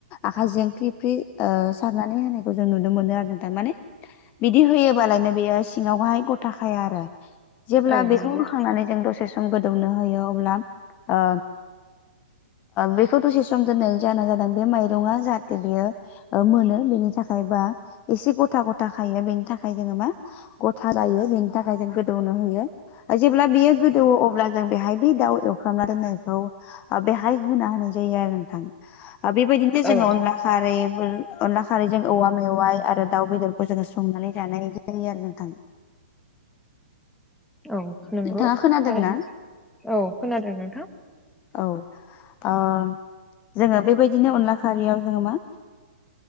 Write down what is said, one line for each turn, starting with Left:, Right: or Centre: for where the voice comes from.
Left: आखायजों ओख्रि फ्रि सारनानै होनायखौ जों नुनो मोनो आरो नों थमाने बिदि होयोबालायनो बेयो सिङावहाय गथाखाया आरो जेब्ला
Centre: औ
Left: बेखौ
Centre: नंगौ
Left: होखांनानै। जों दसे सम गोदौनो होयो अब्ला ओ बेखौ दसे समोम दोननानै जाना जाबाय। बे माइरं जाहाथे बियो मोनो बेनि थाखायबा। एसे गथा गथा खायो बेनि थाखाय जोङो मा गथा गायो बेनि थाखाय जों गोदौनो होयो। जेब्ला बेयो गोदौो अब्ला जों बेहाय ब दाउ एव खालामना दोननायखौ बेहाय होना होनाय जायो आरो नोंथां बेबायदिनोस जोङो
Centre: औ
Left: अनला। खारै अनला खारैजों औवा मेवाइ आरो। दाउ बेदरखौ जोङो संनानै जानाय जायो आरो नोंथां।
Centre: औ नंगौ
Left: नोंथाङा खोनादोंना
Centre: थारनो औ खोनादों नोंथां।
Left: औ ओ जोङो बेबायदिनो अनला खारियाव जोङो मा।